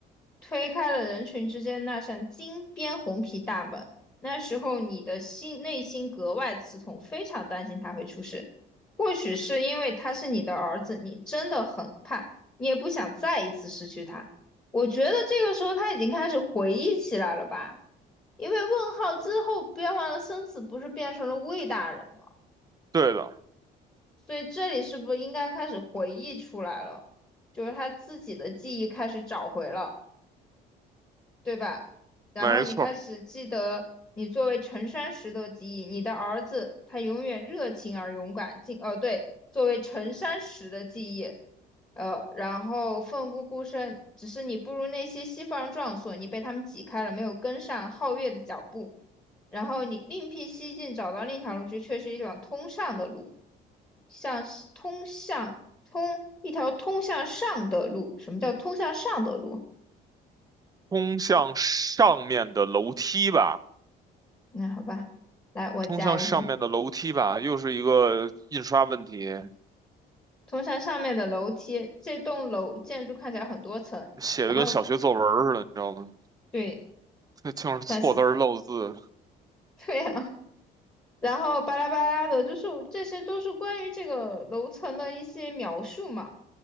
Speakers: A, on the left; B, on the right.
A: 推开了人群之间那扇金边红皮大门。那时候你的心内心格外刺痛，非常担心他会出事。或许是因为他是你的儿子，你真的很怕，你也不想再一次失去他。我觉得这个时候他已经开始回忆起来了吧？因为问号之后变换了生词，不是变成了魏大人吗？
B: 对的，
A: 所以这里是不是应该开始回忆出来了？就是他自己的记忆开始找回了。对吧？然后你开始记得你作为陈山石的记忆，
B: 没错儿。
A: 你的儿子他永远热情而勇敢，进哦对，作为陈山石的记忆，呃，然后奋不顾身，只是你不如那些西方人壮硕，你被他们挤开了，没有跟上皓月的脚步，然后你另辟蹊径，找到另一条路去，这却是一条通上的路，像是通向通一条通向上的路。什么叫通向上的路？
B: 通向上面的楼梯吧，
A: 那好吧，来我加一下。
B: 通向上面的楼梯吧，又是一个印刷问题，
A: 通向上面的楼梯。这栋楼建筑看起来很多层，
B: 写的跟小学作文儿似的，
A: 然后
B: 你知道吗？
A: 对，
B: <laughs> 那就是错字儿漏字。
A: 它是 <laughs> 对啊，然后巴拉巴拉的，就是这些都是关于这个楼层的一些描述嘛。